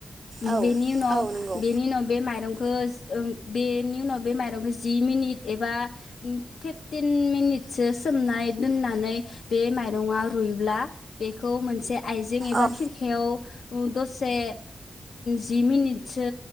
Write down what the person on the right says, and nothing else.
औ
औ नंगौ
औ